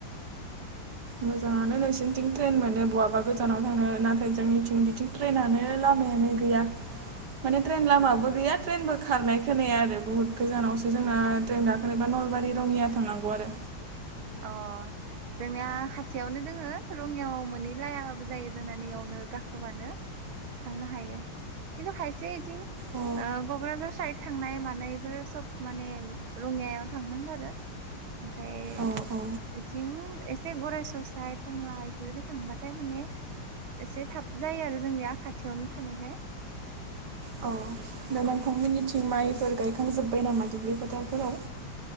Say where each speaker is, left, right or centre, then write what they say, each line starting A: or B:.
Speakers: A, on the right (about 60°); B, on the right (about 75°).
A: मोजाङानो नोंसिनिथिं ट्रेन मोनो बहाबा गोजानाव थांनो नाथाय जोंनिथिं बिथिं ट्रेनानो लामायानो गैया।
B: <inaudible>
A: माने ट्रेन लामाबो
B: ओ
A: गैया ट्रेनबो खारनाय खोनाया आरो बहुत गोजानावसो जोंना
B: उम
A: ट्रेन
B: उम
A: गाखोनोबा नल बारि रङिया थांनांगौ आरो
B: अ जोंनिया खाथियावनो दोङो रङियाव मोनै लायाबाबो जायो जोंना नैयावनो गाखोबानो थांनो हायो खिन्थु खायसे इथिं
A: अ
B: ओ क'क्राझार साइद थांनाय मानायफोर सब माने रङियायाव थांनांगो आरो ओमफाय
A: औ औ
B: इद थिं एसे गराय ससायट टंला एफोरबायदि थांबाथाय माने एसे थाब जायो आरो जोंनिया खाथियावनो थानायखाय।
A: अ दा नोंथांमोननिथिं माइफोर गायखांजोब्बाय नामा दुब्लि फोथारफोराव।